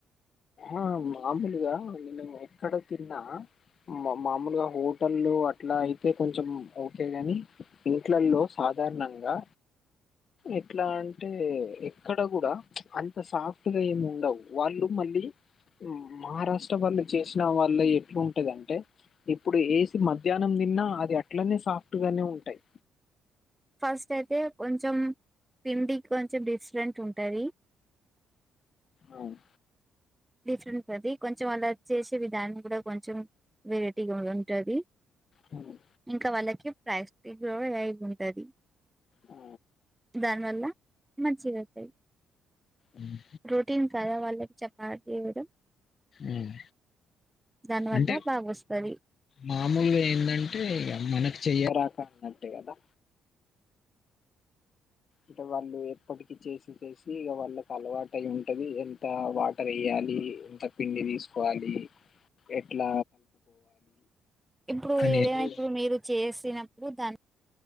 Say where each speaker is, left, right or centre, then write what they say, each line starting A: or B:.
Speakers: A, on the left; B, in the centre.
A: ఆ మాముల్గా నిన్న మ క్కడ తిన్నా మా మామూల్గా హొ టల్లో అట్లా అయితే కొంచం ఓకే గాని ఇంట్లల్లో సాధారణంగా ఎట్లా అంటే ఎక్కడ గుడ అంత సాఫ్ టుగ ఏం ఉండవ్ వాళ్ళు మళ్ళీ మహారాష్ట్ర వాళ్ళు జేస్నా వాళ్ళై ఎట్లుంటదంటే ఇప్పుడు ఏం మధ్యాహ్నం దిన్నా
B: ఆ
A: అది అట్లనే సాఫ్ట్ గానే ఉంటాయ్
B: ఫస్ట్ అయితే కొంచం పిండి కొంచం డిఫ్రెంట్ ఉంటది
A: అవును
B: డిఫరెంట్ అది కొంచం అలా చేసే విధాన్ని గుడా కొంచం వెరేటీగా ఉంటది
A: హ్మ్.
B: ఇంకా వాళ్ళకి ప్రైజ్ <unintelligible> లైవ్ ఉంటది.
A: ఆ
B: దాన్ వల్ల మంచిగత్తయ్.
A: హ్మ్.
B: ప్రోటీన్ కదా వాళ్ళక్ చపాతి గుడం.
A: ఉమ్
B: దాని వల్ల
A: అంటే
B: బాగా వస్తది
A: మామూలుగా ఏందంటే ఇగ మనకు చెయరాక అన్నట్టే గదా ఇంకా వాళ్ళు ఎప్పటికి చేసి చేసి ఇక వాళ్ళకి అలవాటైయుంటది ఎంత వాటర్ ఏయ్యాలి ఇంత పిండి తీసుకోవాలి ఏట్ల
B: ఇప్పుడు
A: అనేది
B: ఏదైన ఇప్పుడు మీరు చేసిన దాన్